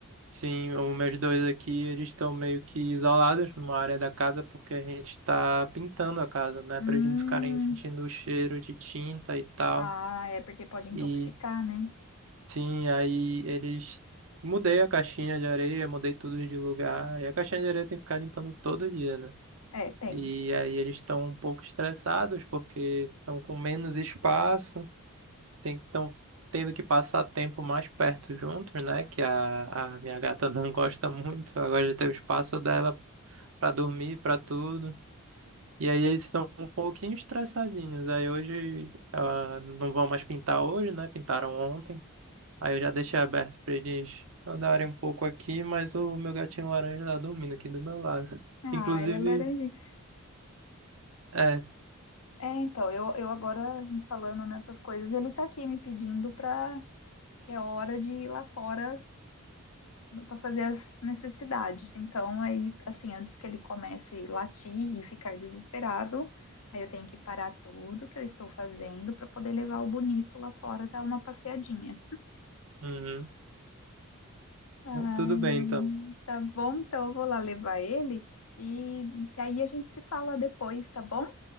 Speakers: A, on the right; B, on the left.
A: sim, os meus dois aqui, eles estão meio que isolados numa área da casa porque a gente está pintando a casa, né?
B: Hum,
A: Para eles não ficarem sentindo o cheiro de tinta e tal.
B: ah, é porque pode intoxicar,
A: E
B: né?
A: sim, aí eles. Mudei a caixinha de areia, mudei tudo de lugar. E a caixinha de areia tem que ficar limpando todo dia, né?
B: É, tem.
A: E aí eles estão um pouco estressados porque estão com menos espaço. tem estão tendo que passar tempo mais perto juntos, né? Que a, a minha gata <laughs> não gosta muito. Ela gosta de ter o espaço dela pra dormir, pra tudo. E aí eles estão um pouquinho estressadinhos. Aí hoje ah, não vão mais pintar hoje, né? Pintaram ontem. Aí eu já deixei aberto pra eles andarem um pouco aqui, mas o meu gatinho laranja tá dormindo aqui do meu lado. <laughs>
B: Ah,
A: Inclusive,
B: ele é laranjinha.
A: é.
B: É, então, eu, eu agora falando nessas coisas, ele tá aqui me pedindo pra que é hora de ir lá fora pra fazer as necessidades. Então, aí, assim, antes que ele comece a latir e ficar desesperado, aí eu tenho que parar tudo que eu estou fazendo pra poder levar o bonito lá fora dar uma passeadinha.
A: uhum.
B: Ai,
A: Tudo bem
B: ai,
A: então.
B: tá bom, então eu vou lá levar ele e aí a gente se fala depois, tá bom?